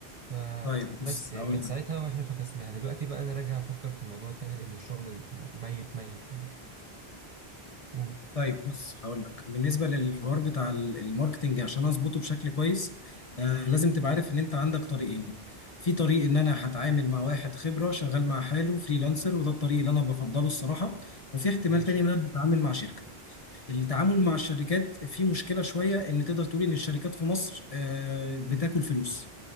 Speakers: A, on the right (about 45°); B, on the left (about 35°).
A: فبس
B: طيب بص
A: يعني
B: هقول
A: من
B: لك
A: ساعتها وإحنا فكسناها دلوقتي بقى أنا راجع أفكر في الموضوع تاني لأن الشغل الم- ميت ميت يعني قول
B: طيب بص هقول لك بالنسبة للحوار بتاع ال- الماركتينج عشان أظبطه بشكل كويس آه لازم تبقى عارف إن أنت عندك طريقين في طريق إن أنا هتعامل مع واحد خبرة شغال مع حاله فريلانسر وده الطريق اللي أنا بفضله الصراحة وفي احتمال
A: ماشي
B: تاني إن أنا بتعامل مع شركة التعامل مع الشركات في مشكلة شوية إن تقدر تقول إن الشركات في مصر آه، بتاكل فلوس